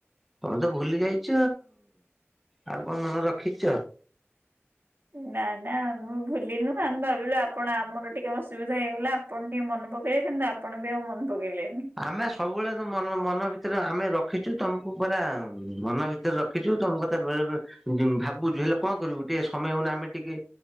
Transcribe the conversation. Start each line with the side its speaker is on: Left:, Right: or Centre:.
Centre: ତମେ ତ ଭୁଲି ଯାଇ ଚ ଆଉ କଣ ମନେ ରଖିଚ।
Right: ନା ନା ଆମେ ଭୁଲି ନୁ ଆମେ ଭାବିଲୁ ଆପଣ ଆମର ଟିକେ ଅସୁବିଧା ହେଇଗଲା। ଆପଣ ଟିକେ ମନେ ପକେ ଏଇଖିନା ଆପଣ ବି ଆଉ ମନେ ପକେଇଲେ।
Centre: ଆମେ ସବୁବେଳେ ତ ମନ ମନ ଭିତରେ ଆମେ ରଖିଚୁ। ତମକୁ ପୁରା ମନ ଭିତରେ ରଖିଚୁ। ତମ କଥା ବେଳେ ବେଳେ ଭାବୁଛୁ ହେଲେ କଣ କରିବୁ। ଟିକେ ସମୟ ହଉନି। ଆମେ ଟିକେ